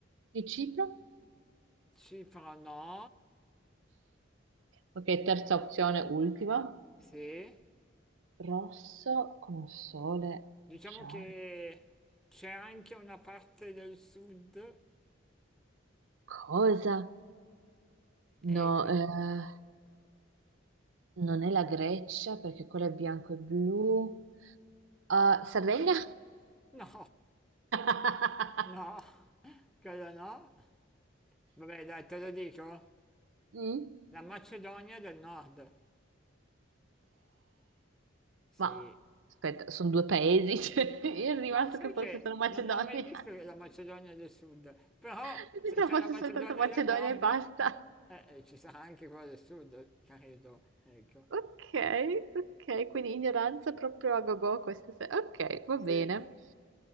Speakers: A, on the right; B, in the centre.
A: Di Cipro?
B: Cipro no,
A: Ok, terza opzione, ultima.
B: sì.
A: Rosso con sole
B: Diciamo
A: giallo.
B: che c'è anche una parte del sud.
A: Cosa? No,
B: E...
A: eh, non è la Grecia perché quello è bianco e blu. Ah, Sardegna?
B: <laughs> No,
A: <laughs>
B: no, quello no. Vabbè, dai, te lo dico.
A: Mm?
B: La Macedonia del Nord. Sì,
A: Ma aspetta, sono due paesi, <laughs> cioè, io ero rimasto
B: Ma sai
A: che fosse
B: che
A: solo Macedonia,
B: non ho mai visto la Macedonia del Sud, però
A: <laughs> io
B: se
A: pensavo
B: c'è la
A: fosse
B: Macedonia
A: soltanto Macedonia
B: del Nord,
A: e basta.
B: eh, eh, ci sarà anche quella del Sud, credo. Ecco.
A: Ok, ok, quindi ignoranza proprio a gogo questa sera. Ok, va
B: Sì,
A: bene.